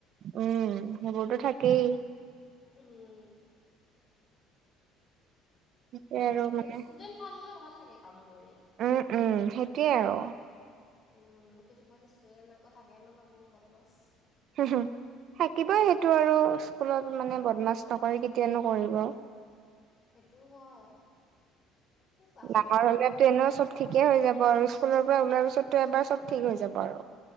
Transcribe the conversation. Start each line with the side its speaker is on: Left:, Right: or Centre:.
Right: উম, সেইবোৰতো থাকেই।
Left: উম।
Right: সেইটোৱে
Left: ভাল
Right: আৰু
Left: লাগে দে,
Right: মানে
Left: ষ্টুডেন্ট ভালে ভাল লাগে, কাম কৰি।
Right: উম উম সেইটোয়ে আৰু
Left: উম, কিছুমান ষ্টু আকৌ থাকে নহয় বহুত বত মাছ
Right: হম, হম। থাকিবই সেইটো আৰু স্কুলত মানে বদমাছ নকৰি কেতিয়ানো কৰিব।
Left: সেইটো হয়। ক্লাছত
Right: ডাঙৰ
Left: হাল্লা
Right: হলে
Left: সেই
Right: এনেও
Left: বুলি
Right: চব
Left: পঢ়াব
Right: ঠিকে
Left: নোৱাৰি
Right: হৈ যাব আৰু স্কুলৰ পৰা ওলাৰ পিছতো এবাৰ চব ঠিক হৈ যাব। বাৰ।